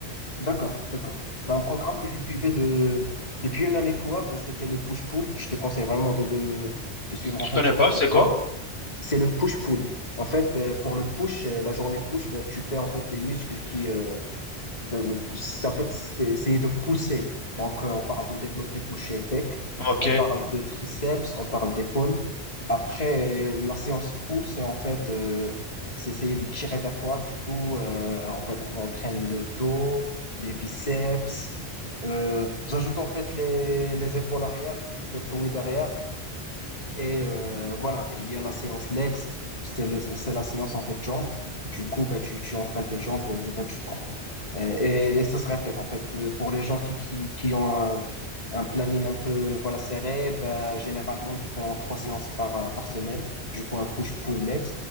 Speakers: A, on the left; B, on the left.
A: D'accord, d'accord. Ben, un programme que je suivais de... depuis une année quoi, ben, c'était le push-pull. Je te conseille vraiment de, de, de suivre en
B: Tu
A: fait
B: connais
A: ce
B: pas,
A: programme.
B: c'est quoi?
A: C'est le push-pull. En fait, euh, pour le push, euh, la journée push, ben, tu fais en fait les muscles qui, euh, euh, c'est- en fait, c'est c'est de pousser. Donc, euh, on parle de développé couché pec,
B: Ok.
A: on parle de triceps, on parle d'épaule. Après, euh, la séance pull, c'est en fait, euh, c'est essayer de tirer vers toi. Du coup, euh, en fait, on entraîne le dos, les biceps. Euh, j'ajoute en fait les, les épaules arrière, les deltoïdes arrière. Et euh, voilà, il y a la séance legs, c'est les- c'est la séance en fait jambes. Du coup, bah, tu, tu entraînes tes jambes, euh, le bas du corps. Et, et, et ça se répète en fait. Euh, Pour les gens qui, qui, qui ont un, un planning un peu voilà, serré, bah, généralement, ils font trois séances par, euh, par semaine. Du coup, un push-pull legs.